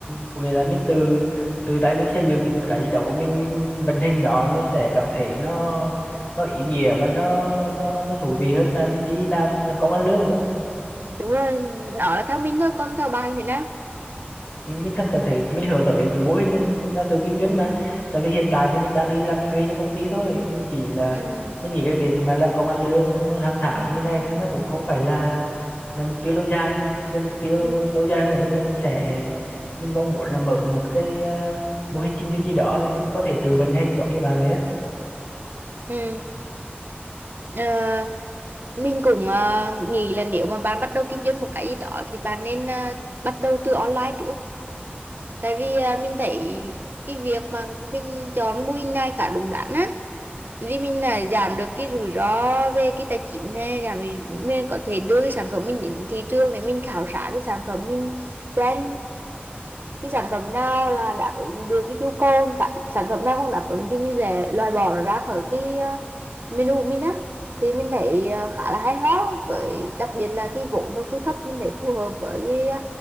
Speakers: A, on the left; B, on the right.
A: có nghĩa là mình từ từ tay mình xây dựng một cái gì đó của mình mình vận hành nó nó sẽ cảm thấy nó nó ý nghĩa và nó nó nó thú vị hơn là mình đi làm làm công ăn lương đúng không
B: đúng rồi đó là theo mình thôi còn theo bạn thì đó
A: mình thầm cảm thấy mình hướng tới cũng mô hình là, là tự kinh doanh mà tại vì hiện tại thì mình đang đi làm thuê cho công ty thôi mình chỉ là
B: ừ.
A: mình nghĩ cái việc mà làm công ăn lương hàng tháng như này thì nó cũng không phải là là mục tiêu lâu dài cái mục tiêu
B: Ừ.
A: lâu dài hơn của mình là mình sẽ mình mong muốn là mở một cái à, mô hình kinh doanh gì đó thì mình có thể tự vận hành giống như bạn vậy á
B: Ừ. Ờ, mình cũng ờ, nghĩ là nếu mà bạn bắt đầu kinh doanh một cái gì đó thì bạn nên ờ, bắt đầu từ online trước tại vì à, mình thấy cái việc mà mình chọn mô hình này khá đúng đắn á vì mình là giảm được cái rủi ro về cái tài chính này giảm vì mình có thể đưa cái sản phẩm mình đến thị trường để mình khảo sát cái sản phẩm mình xem cái sản phẩm nào là đáp ứng được cái nhu cầu sản phẩm nào không đáp ứng thì mình sẽ loại bỏ nó ra khỏi cái ờ, mình u mình á thì mình thấy ờ, khá là hay ho với đặc biệt là cái vốn đầu tư thấp mình thấy phù hợp với cái ờ,